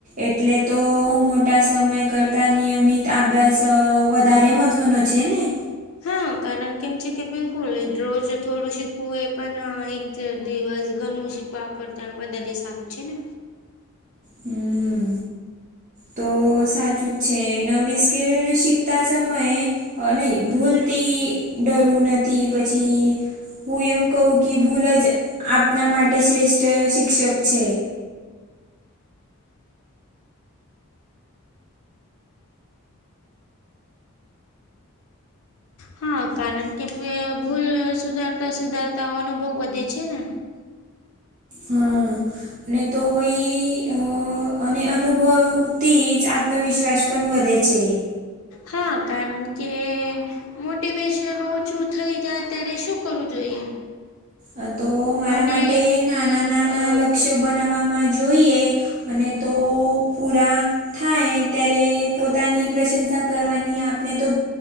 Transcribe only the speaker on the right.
એટલે તો મોટા સમય કરતા નિયમિત અભ્યાસ વધારે મત ત્વનો છે ને
હમ તો સાચું છે નવી સ્કિલ શિકતા સમયે નહી ભૂલતી ડરવું નથી પછી હું એમ કહું કે ભૂલ જ આપના માટે શ્રેષ્ઠ શિક્ષક છે
હા અને તો વય અ અને અનુભવતી જ આત્મવિશ્વાસ પણ વધે છે
આ તો મારા
માટે નાના નાના
લક્ષ્ય બનાવામાં જોઈએ અને તો પૂરા થાય ત્યારે પોતાની પ્રશંસા કરવાની આપણે તો